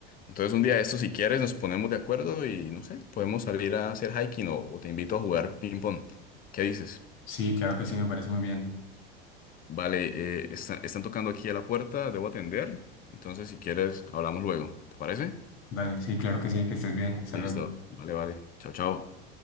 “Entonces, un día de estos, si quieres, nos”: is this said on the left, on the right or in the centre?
Left